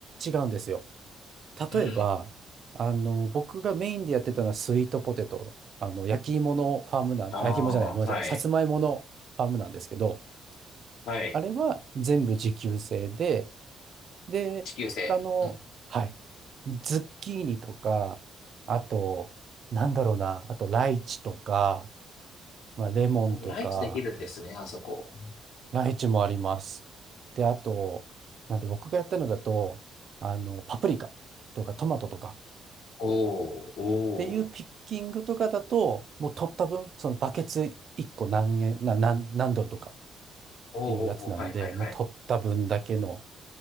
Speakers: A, on the right; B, on the left.
A: 違うんですよ。
B: うん。
A: 例えば、あの、僕がメインでやってたのはスイートポテト、あの、焼き芋のファームなん、
B: ああ、
A: あ焼き芋じゃない、ごめんなさい、
B: はい。
A: さつまいものファームなんですけど、
B: はい。
A: あれは全部自給制で、で、
B: 地球制。
A: 他の、
B: うん。
A: はい、ズッキーニとか、あと、なんだろうな、あとライチとか、まあ、レモンとか、
B: お、ライチできるんですね、あそこ。
A: ライチもあります。で、あと、なんで僕がやったのだと、あの、パプリカとかトマトとか、
B: おー、おー、
A: っていうピッキングとかだと、
B: おー、
A: もう取った分、そのバケツ1個何円、な、何、何ドルとかっ
B: おー、
A: ていうやつなんで、
B: はい、はい、はい。
A: もう取った分だけの